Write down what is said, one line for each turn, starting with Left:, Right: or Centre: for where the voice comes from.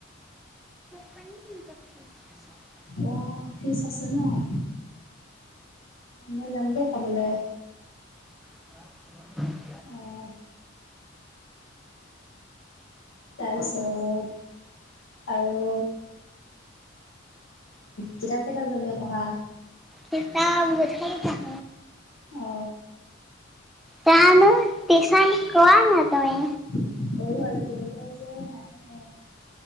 Centre: <unintelligible>
Left: অ' ফিচ আছে ন। অ', মই যাম দেই খাবলৈ।
Centre: <unintelligible>
Left: অ'। তাৰপিছত আৰু কিতাপ কেইটা বজালৈ পঢ়া?
Centre: কিতাপ <unintelligible>
Left: অ
Centre: জানো টিউচন কোৱা ন তুমি।
Left: কৰোঁ আজি দেওবাৰে যে নাহে।